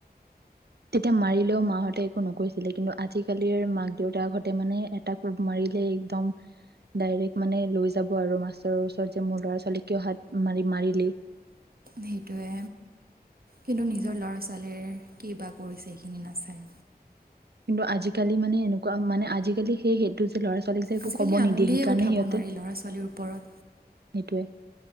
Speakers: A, on the right (about 75°); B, on the right (about 65°).
A: তেতিয়া মাৰিলেও মাহঁতে একো নকৈছিলে কিন্তু আজিকালিৰ মাক দেউতাকহতে মানে এটা কোব মাৰিলে একদম ডাইৰেক্ট মানে লৈ যাব আৰু মাষ্টৰৰ ওচৰত যে মোৰ ল'ৰা ছোৱালী কিয় হাত মাৰি মাৰিলি।
B: সেইটোৱে কিন্তু নিজৰ ল'ৰা ছোৱালীয়ে কি বা কৰিছে সেইখিনি নাচায়।
A: কিন্তু আজিকালি মানে এনেকুৱা মানে আজিকালি সেই সেইটো যুনটো ল'ৰা ছোৱালীক যে একো
B: আজিকালি
A: কব নিদিয়ে
B: আঙুলিয়ে
A: সেইকাৰণে
B: উঠাব
A: সিহঁতে,
B: নোৱাৰি ল'ৰা ছোৱালীৰ ওপৰত
A: সেইটোৱে